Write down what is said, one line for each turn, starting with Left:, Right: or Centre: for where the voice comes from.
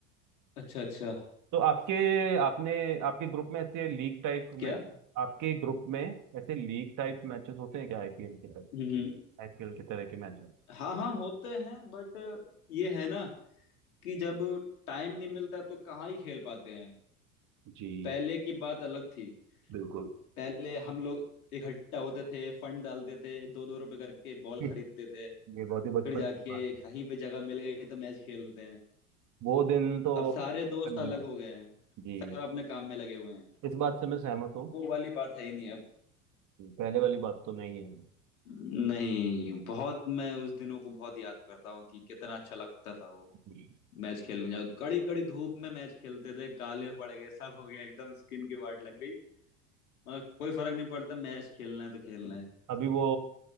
Left: अच्छा अच्छा
Right: तो आपके आपने आपके ग्रुप में ऐसे लीग टाइप मैच
Left: क्या
Right: आपके ग्रुप में ऐसे लीग टाइप मैचेस होते हैं क्या आईपीएल के तरह
Left: हम्म
Right: आईपीएल की तरह के मैचेस
Left: हाँ हाँ होते हैं बट ये है ना कि जब टाइम नहीं मिलता तो कहाँ ही खेल पाते हैं
Right: जी
Left: पहले की बात अलग थी
Right: बिल्कुल
Left: पहले हम लोग इकट्ठा होते थे फंड डालते थे दो दो रुपए करके बॉल
Right: <laughs>
Left: खरीदते थे
Right: ये बहुत ही बचपन
Left: फिर जाके
Right: की बात है
Left: कहीं पे जगह मिल गई तो मैच खेलते हैं
Right: वो दिन तो
Left: अब सारे दोस्त
Right: नहीं।
Left: अलग हो गए हैं
Right: जी
Left: सब अपने काम में लगे हुए हैं
Right: इस बात से मैं सहमत हूँ
Left: वो वाली बात है ही नहीं अब
Right: पहले वाली बात तो नहीं है
Left: नहीं बहुत मैं उस दिनों को बहुत याद करता हूँ कि कितना अच्छा लगता था वो
Right: जी।
Left: मैच खेलने जाओ कड़ी कड़ी धूप में मैच खेलते थे काले हो पड़ गए सब हो गया एकदम स्किन की वाट लग गई मगर कोई फर्क नहीं पड़ता मैच खेलना है तो खेलना है
Right: अभी वो